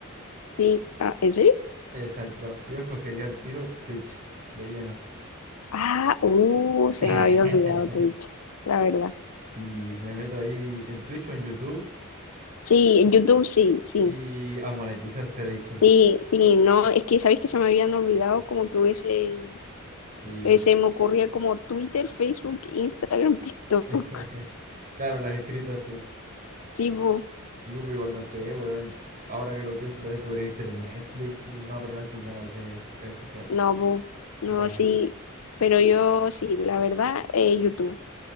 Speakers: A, on the left; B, on the right.
A: sí, ah, ¿en serio?
B: Exacto, yo escogería el tiro Twitch, de lleno.
A: Ah, uh, se
B: <laughs>
A: me había olvidado Twitch, la verdad.
B: Si me meto ahí en Twitch o en YouTube
A: Sí, en YouTube sí, sí,
B: y a monetizarse dicho.
A: sí, sí, no, es que sabéis que se me habían olvidado como que hubiese,
B: Sí.
A: eh, se me ocurría como Twitter, Facebook, Instagram, <laughs> TikTok,
B: <laughs> Claro, las escritas,
A: sí, po.
B: Tipo, pero igual no sé, weón. Ahora que lo pienso también podría ser en Netflix. weón. No, pero Netflix ya no es de red social.
A: No, bu,
B: Ya.
A: no, sí, pero yo sí, la verdad, eh, YouTube,